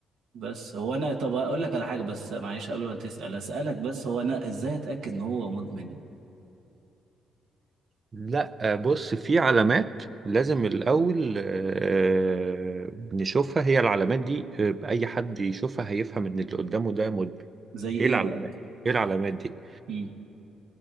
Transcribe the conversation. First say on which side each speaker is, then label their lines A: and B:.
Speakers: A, on the right; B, on the right.
A: بس هو انا طب اقول لك على حاجه بس معلش قبل ما تسال اسالك بس هو انا ازاي اتاكد ان هو مدمن
B: لا آه، بص في علامات لازم الأول آه، نشوفها هي العلامات دي آه، أي حد يشوفها هيفهم إن اللي قدامه ده مدمن
A: زي ايه
B: إيه العلامات؟
A: بقى كده؟
B: إيه العلامات دي؟
A: مم.